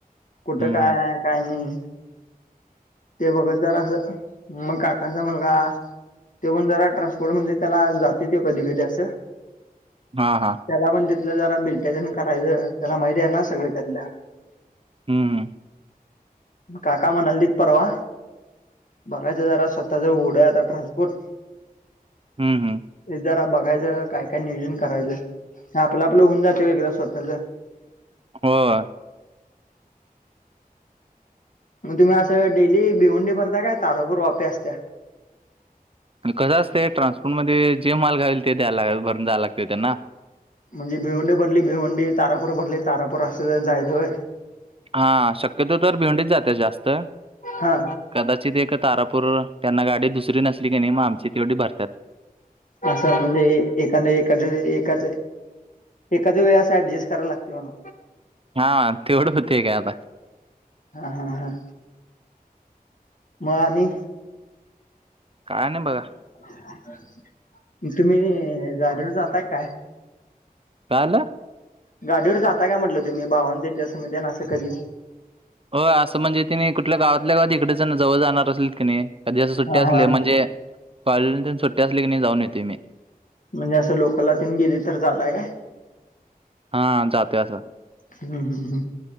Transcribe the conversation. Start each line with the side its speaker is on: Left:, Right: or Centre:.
Left: कुठं
Right: हम्म
Left: काय
Right: हम्म
Left: आहे काय नाही. <inaudible> ते बघत जरा असं मग काकांचा मुलगा. तो पण जरा ट्रान्सपोर्ट म्हणजे त्याला जाते त कधी कधी असं.
Right: हा हा.
Left: त्याला पण तिथलं जरा बिलट्या त्यान करायचं त्याला माहिती आहे ना सगळ त्यातलं.
Right: हम् हम.
Left: काका मन्हालतीत परवा. बघाच जरा स्वतः ज ओढं आता ट्रान्सपोर्ट.
Right: हम् हम्.
Left: हे जरा बघायचं काय काय नियोजन करायचं आपलं आपलं होऊन जाते एकदा स्वतःच.
Right: होय.
Left: मग तुम्ही असं डेली भिवंडी भरता काय तारापूर वाप्या असत्या.
Right: कसं असतं ट्रान्सपोर्ट मध्ये जे माल घावेल ते द्या भरून जाव लागते त्यांना.
Left: म्हणजे भिवंडी भरली भिवंडी तारापूर भरली तारापूर असं जायचंय होय.
Right: हा शक्यतो तर भेवंडीच जाते जास्त. <inaudible>
Left: हा
Right: कदाचित एक तारापूर त्यांना गाडी दुसरी नसली की नाही मग आमची तेवढी भरतात.
Left: असं म्हणजे एखाद एखाद एकाच. एखादी वेळे असं ऍडजस्ट कराय लागते मला.
Right: हा तेवढं होती काय आता.
Left: हा हा हा. मग आणि?
Right: काय नाही बघा.
Left: <inaudible> तुम्ही गाडीवर जाताय काय.
Right: काय झालं?
Left: गाडीवर जाता काय म्हटलं तुम्ही भावान त्यांच्या संग ये ना असं कधी.
Right: हो असं म्हणजे तिने कुठल्या गावातल्या गावात त इिकडच जवळ जाणार असेल की नाही. कधी असं सुट्ट्या
Left: हा
Right: असले
Left: हा
Right: म्हणजे कॉलेज सुट्ट्या असले की नाही जाऊन येते मी.
Left: म्हणजे असं लोकलला त गेले तर जातय काय?
Right: हां, जातोय असं.
Left: <inaudible> हम्म हम्म हम्,